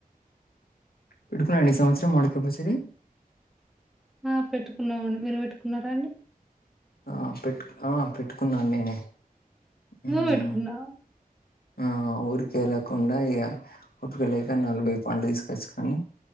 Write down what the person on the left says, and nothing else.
పెడ్తున్నారండి ఈ సంవత్సరం మామిడికాయ పచ్చడి
ఆ పెట్టు ఆ పెట్టుకున్నాను నేనే హ్మ్.
ఆ ఊరిక వెళ్ళకుండా ఇగా ఉప్పుడులేక నలభై పండ్లు తీసుకొచ్చుకొని